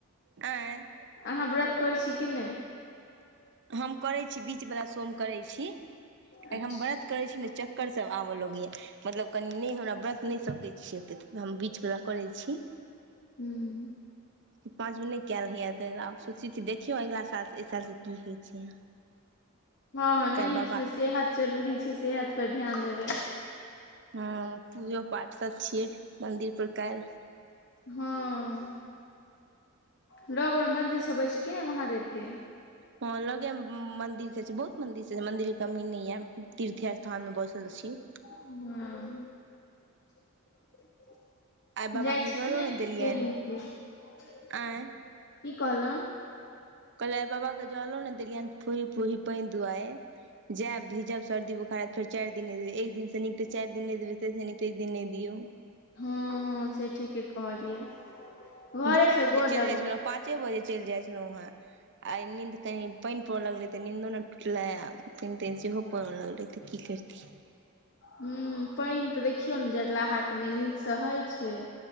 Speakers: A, on the right (about 55°); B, on the left (about 50°).
A: आंय।
B: अहाँ व्रत करैत छी कि नै?
A: हम करै छी, बीच बला सोम करै छी,
B: अच्छा
A: हम व्रत करै छी ने, चक्कर सब आबऽ लगय ये। मतलब कनि नै हमरा व्रत नै सकैत छी ओतेक, हम बीचबला करैत छी।
B: हूं।
A: कि पाँच गो नहि कयल होइए, तऽ आब सोचै छी देखियौ अगिला सालसँ एहि सालसँ की होइ छै।
B: हँ-हॅं
A: काल्हि
B: नै होय
A: बाबा
B: छै तऽ सेहत जरूरी छै, सेहत पर ध्यान देबै।
A: हँ पूजो पाठ सब छियै, मन्दिर पर काइल्।
B: हँ लग मे मन्दिर सब अछि की नै, महादेव के।
A: हॅं लगे मे मंदिर सब छै, बहुत मंदिर सब छै मंदिर के कमी नहि यऽ, तीर्थ स्थान में बसल छी।
B: हूं।
A: आइ बाबा
B: जाइ
A: के
B: छी
A: जलो
B: की नै
A: ने देलियनि
B: डेली मन्दिर, कि
A: आँय
B: कहलहुॅं?
A: कहलौं आय बाबाक जलो नें देलियनि, फूही- फूही पानि दुआरे। जायब भिजब सर्दी बोखार हेत, फेर चारि दिन नहि देबै, एक दिनसँ नीक तऽ चारि दिन नहि देबै, ताहिसँ नीक तऽ एक दिन नै दियौ।
B: हँ- हँ से ठीके कहलियै। घरे
A: भोरे
B: से
A: उठि
B: गोर
A: कऽ चलि
B: लगबै
A: जाइत छलहुँ हें, पाँचे बजे चलि जाइत छलहुँ हेँ। आइ नीन्द कनी पाइन पड़ऽ लगलै त नीन्दो नै टूटलय आ पाइन-ताइन सेहो पड़ऽ लगलै। त की करतिए।
B: हुं पाइन त देखियौ ने जड़लाहाके नै नीक से होइ छैय